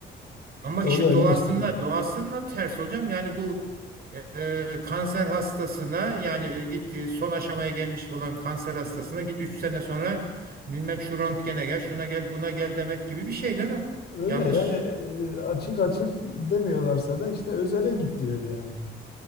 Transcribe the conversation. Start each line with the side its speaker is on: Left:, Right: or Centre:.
Right: Ama
Left: E,
Right: işin
Left: o da
Right: doğasına
Left: ilginç bir şey.
Right: doğasına ters hocam. Yani bu e, kanser hastasına yani e, git e, son aşamaya gelmiş olan kanser hastasına git 3 sene sonra bilmem şu röntgene gel, şuna gel, buna gel demek gibi bir şey değil mi?
Left: Öyle
Right: Yanlış.
Left: yani e, açık açık demiyorlarsa da işte özele git diyor yani.